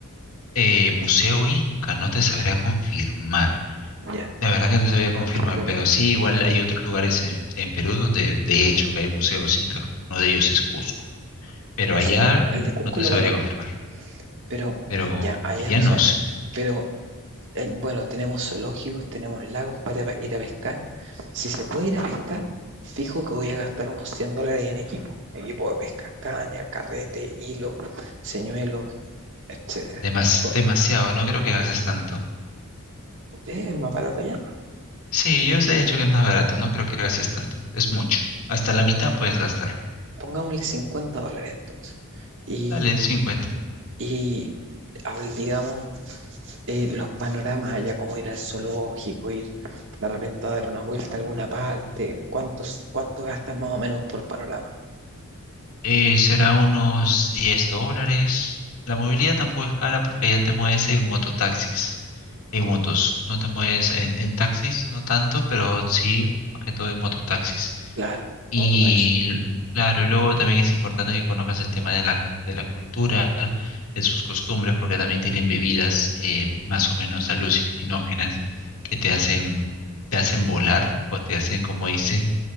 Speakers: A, on the left; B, on the right.
A: eh, Museo Inca, no te sabrá confirmar
B: Ya,
A: La verdad que no sabía confirmar,
B: pero
A: pero sí, igual hay otros lugares en, en Perú donde de hecho que hay museos incas, uno de ellos es Cusco, pero
B: no,
A: allá
B: sí, el de Cusco
A: no te
B: lo
A: sabría
B: conozco,
A: confirmar,
B: pero
A: pero
B: ya, allá
A: allá
B: no
A: no
B: sabes.
A: sé,
B: Pero eh, bueno, tenemos zoológicos, tenemos lagos para pe- ir a pescar. Si se puede ir a pescar, fijo que voy a gastar unos 100 dólares en equipo. Equipo de pesca, caña, carrete, hilo, señuelos, etcétera.
A: Demas-
B: Po-
A: demasiado, no creo que gastes tanto.
B: ¿Tú crees es más barato allá?
A: Sí, yo de hecho que es más barato, no creo que gastes tanto, es mucho, hasta
B: Po-
A: la mitad puedes gastar.
B: Pongámosle 50 dólares entonces. Y
A: Dale, 50.
B: Y habl- digamos, eh, los panoramas allá, como ir al zoológico, ir de repente a dar una vuelta a alguna parte, ¿cuántos, cuánto gastas más o menos por panorama?
A: Eh, será unos 10 dólares. La movilidad tampoco es cara porque allá te mueves en mototaxis, en motos. No te mueves en, en taxis, no tanto, pero sí, más que todo en mototaxis.
B: Claro,
A: Y
B: mototaxi.
A: claro, y luego también es importante que conozcas el tema de la, de la cultura, de sus costumbres, porque también tienen bebidas eh, más o menos alucinógenas que te hacen, te hacen volar o te hacen, como dicen,